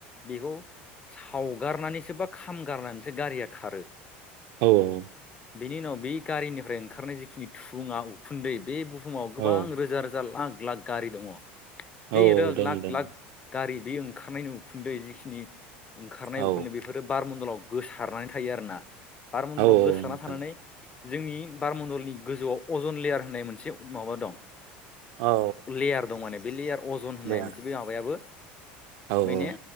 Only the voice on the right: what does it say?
औ औ।
औ
औ
दों
दों
औ
औ औ
नोंथां
औ
दे
औ
औ।